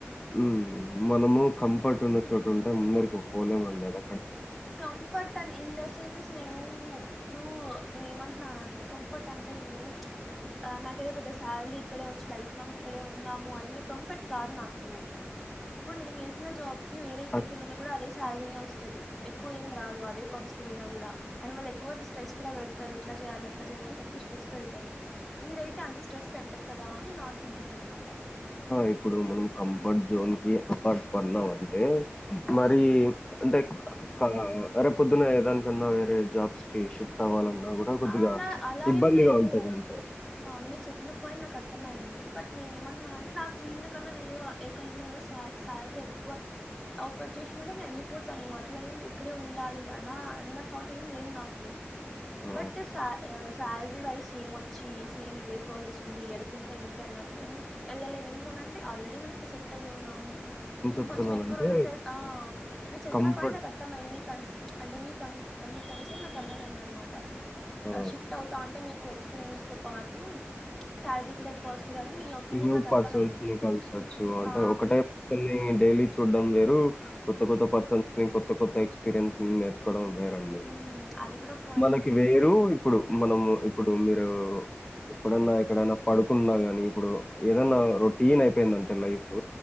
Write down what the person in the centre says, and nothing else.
కంఫర్ట్ అం ఇన్ ద సెన్స్ నేను ఇప్పుడు నేను ఏమంటున్నాంటే కంఫర్ట్ అంటే నేను నాకేదో పెద్ద సాలరీ ఇక్కడే వచ్చి లైఫ్ లాంగ్ ఇక్కడే ఉన్నాము అన్న కంఫర్ట్ కాదు నాకు ఇప్పుడు నేను చేేసిన జాబ్ కి వేరే ఎక్కడికి
వెళ్ళిన కూడా అదే శాలరీనే వస్తది ఎక్కువ ఏం రాదు అదే పహస్క వెళ్ళినా కూడా అని వాళ్ళు ఎక్కువ స్ట్రెస్ కూడా పెడతారు ఇట్లా చేయాలి అలా చేయాలని ఎక్కువ స్ట్రెస్ పెడతారు ఇదైతే అంత స్ట్రెస్ పెట్టరు కదా అని నా థింకింగ్ అనమాట
అలా అలా
ఏం లేదు
మీరు చెప్పిన పాయింట్ నాకు అర్థమైంది బట్ నేను ఏమంటున్నాను అంటే నాకు వీళ్ళని కన్నా వేరే వా ఏ కంపెనీ మ స సలారీ ఎక్కువ ఆఫర్ చేసినట్టే నేను వెళ్ళిపోతాను ను అలా ఏం ఇక్కడే ఉండాలి అ అన్న థాట్ ఏం లేదు నాకు
బట్ థిస్ సా శాలరీ వైజ్ సేమ్ వచ్చి సేమ్ ఇదే ప్రాసెస్ ఉండి ఎక్కడకిె వెళ్ళినా ఇంత అన్నప్పుడు ఎందుకు వెళ్ళలేము ఎందుకని అంటే ఆల్రెడీ మనకి ఇడెట్ అయిి ఉన్నాము
ఇంక
కొంచెం ఎక్కువ రోజులుా ఆ మీరు చెప్పిన
పాడు నాకు అర్థమైంది నీ కం అంటే మీ కం మీ కన్సర్న్ నాకు అర్థమైంది అనమాట
షిఫ్ట్ అవుతా అంటే మీకు ఎక్స్పీరియన్స్ తో పాటు శాలరీ కూడా ఎక్కువ వస్తదని మీ ఒపీనియన్
నాకు
అర్థమయింది
హా
మ్మ్ అది కూడా పాయింటే